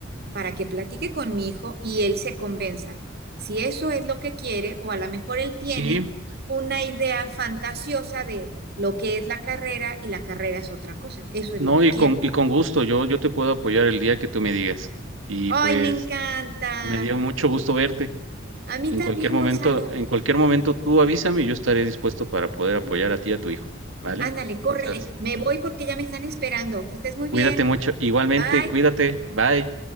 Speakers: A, on the right (about 55°); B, on the right (about 75°).
A: para que platique con mi hijo y él se convenza si eso es lo que quiere o a lo mejor él tiene
B: sí.
A: una idea fantasiosa de lo que es la carrera y la carrera es otra cosa. Eso es
B: No,
A: lo que
B: y
A: quiero.
B: con, y con gusto, yo, yo te puedo apoyar el día que tú me digas. Y
A: ¡Ay,
B: pues
A: me encanta!
B: me dio mucho gusto verte.
A: A mí
B: En
A: también,
B: cualquier momento,
A: Gonzalo.
B: en cualquier momento tú avísame y yo estaré dispuesto para poder apoyar
A: Sí,
B: a ti y a tu hijo, ¿vale?
A: Ándale, córrele.
B: Muchas gracias.
A: Me voy porque ya me están esperando. Que estés muy
B: Cuídate
A: bien.
B: mucho. Igualmente,
A: Bye.
B: cuídate. Bye.